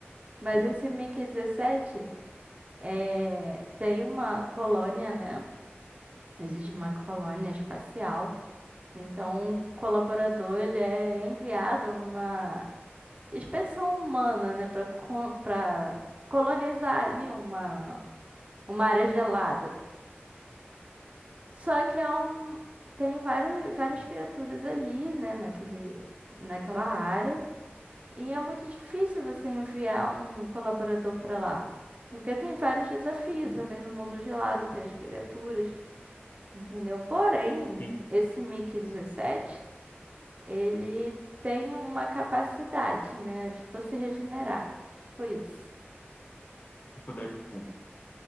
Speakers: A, on the right (about 35°); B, on the left (about 45°).
A: Mas
B: sim.
A: esse Mickey 17 é, tem uma colônia, né? Existe uma colônia espacial. Então, um colaborador, ele é enviado numa expedição humana, né, para para colonizar ali uma uma área gelada. Só que é um tem vários, várias criaturas ali, né, naquele naquela área, e é muito difícil você enviar um colaborador para lá. Porque tem vários desafios
B: Uhum,
A: além no mundo gelado, tem as criaturas, entendeu? Porém,
B: sim.
A: esse Mickey dezessete ele tem uma capacidade, né, de tipo, se regenerar. Tipo isso.
B: Tipo Deadpool.